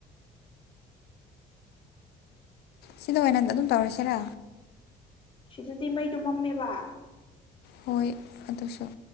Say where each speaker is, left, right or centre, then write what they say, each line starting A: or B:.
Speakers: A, on the left (about 75°); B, on the left (about 30°).
A: ꯁꯤꯗ ꯑꯣꯏꯅ ꯑꯗꯨꯝ ꯇꯧꯔꯁꯦꯔꯥ
B: ꯁꯤꯗꯗꯤ ꯃꯩꯗꯨ ꯃꯝꯃꯦꯕ
A: ꯍꯣꯏ ꯑꯗꯨꯁꯨ